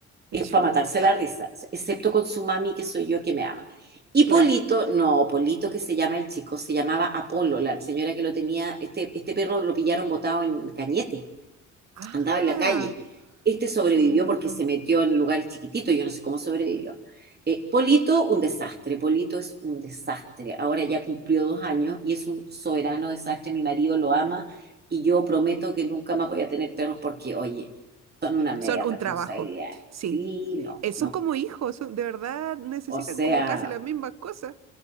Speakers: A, on the right; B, on the right.
A: es para
B: Chuta,
A: matarse la risa, excepto con su mami, que soy yo que me ama. Y Polito,
B: claro.
A: no, Polito que se llama el chico, se llamaba Apolo, la señora que lo tenía, este, este perro lo pillaron botado en Cañete,
B: Ah,
A: andaba en la calle. Este sobrevivió
B: chuta.
A: porque se metió en lugares chiquititos, yo no sé cómo sobrevivió. Eh, Polito, un desastre, Polito es un desastre. Ahora ya cumplió dos años y es un soberano desastre, mi marido lo ama y yo prometo que nunca más voy a tener perros porque, oye, son una media
B: Son un
A: responsabilidad.
B: trabajo. Sí,
A: Sí, no,
B: eh, son
A: no.
B: como hijos, son- de verdad necesitan
A: O sea,
B: como casi las mismas cosas.